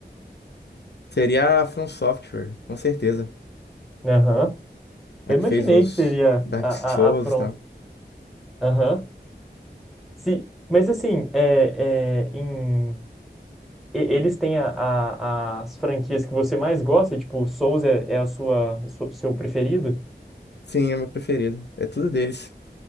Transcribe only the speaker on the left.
Seria a From Software, com certeza.
A
que fez os
Dark
Souls
e tal.
Sim, é meu preferido. É tudo deles.